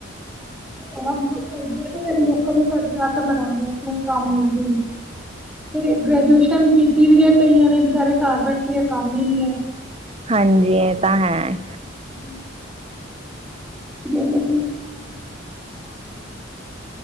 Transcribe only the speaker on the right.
ਹਾਂਜੀ ਇਹ ਤਾਂ ਹੈ